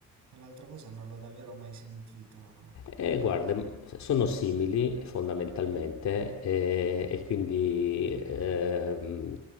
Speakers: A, on the right (about 75°); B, on the left (about 65°).
A: quell'altra cosa non l'ho davvero mai sentita.
B: Eh, guarda, sono simili fondamentalmente eh, e quindi ehm,